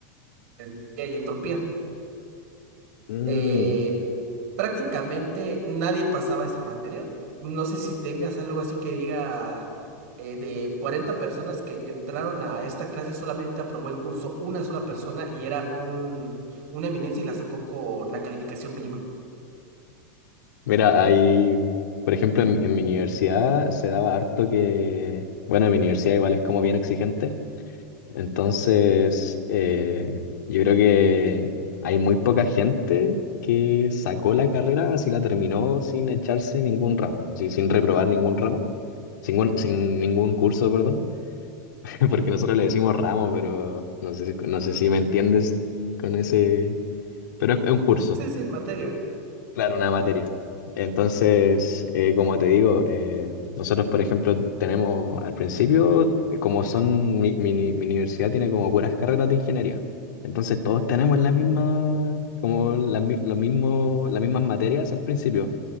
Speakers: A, on the right; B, on the left.
A: de entropía y entropía.
B: Mm,
A: Eh, prácticamente nadie pasaba esta materia. No sé si tengas algo así que diga eh, de 40 personas que entraron a esta clase solamente aprobó el curso una sola persona y era un, una eminencia y la sacó con la calificación mínima.
B: Mira, hay, por ejemplo, en, en mi universidad se daba harto que, bueno, en mi universidad igual es como bien exigente, entonces eh, yo creo que hay muy poca gente que sacó la carrera, así la terminó sin echarse ningún ramo, así sin reprobar ningún ramo, sin, sin ningún curso, perdón. <laughs> porque nosotros le decimos ramo, pero no sé, si- no sé si me entiendes con ese, pero es es un curso,
A: Sí, sí, materia.
B: claro, una materia. Entonces, eh, como te digo, eh, nosotros, por ejemplo, tenemos al principio, eh, como son, mi, mi uni- mi universidad tiene como puras carreras de ingeniería. Entonces, todos tenemos las mismas, como las, mi- los mismos, las mismas materias al principio.